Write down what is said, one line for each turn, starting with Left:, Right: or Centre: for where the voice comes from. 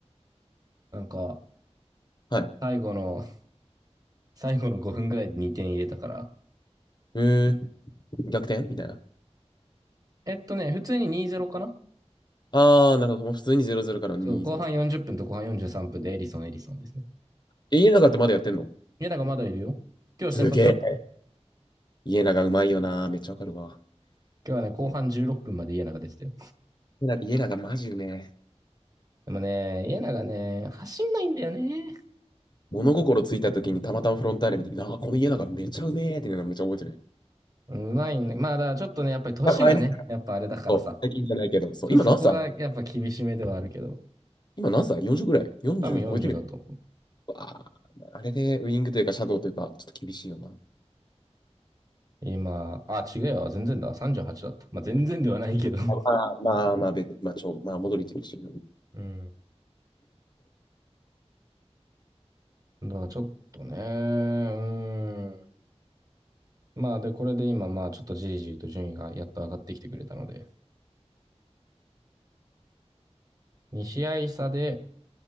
Right: なんか、
Left: な。はい。
Right: 最後の、最後の5分ぐらいで2点入れたから。
Left: えー、逆転みたいな。
Right: えっとね、普通に2-0かな
Left: ああ、なるほど。もう普通に0-0からの2-0ね。
Right: そう、後半40分と後半43分でエリソン、エリソンですね。
Left: え、家長ってまだやってんの
Right: 家長まだいるよ。今日先発だったよ。
Left: すげえ。家長うまいよな。めっちゃわかるわ。
Right: 今日はね、後半16分まで家長出てたよ。
Left: 家な家長マジうめえ。
Right: でもね、家長ね、走んないんだよね。
Left: 物心ついた時にたまたまフロンターレ見て、ああ、この家長めちゃうめえっていうのめっちゃ覚えてる。
Right: うまいね。まあ、だからちょっとね、やっぱり年がね、
Left: あ前ね。
Right: やっぱあれだからさ。
Left: そう、最近じゃないけど、そう、
Right: ちょ、
Left: 今何歳
Right: そこがやっぱ厳しめではあるけど、
Left: 今何歳 ?40 ぐらい ?40
Right: 多分40だと思う。
Left: 超えてるよ。うわああれでウィングというか、シャドウというか、ちょっと厳しいよな。あ
Right: 今、あ、違うよ、全然だ、38だった。まあ、全然ではないけど。<laughs>
Left: まあまあ、まあ、べまあ、ちょ、まあ、戻りてるし。
Right: うん。だからちょっとね、うーん。まあ、で、これで今、まあ、ちょっとじりじりと順位がやっと上がってきてくれたので、2試合差で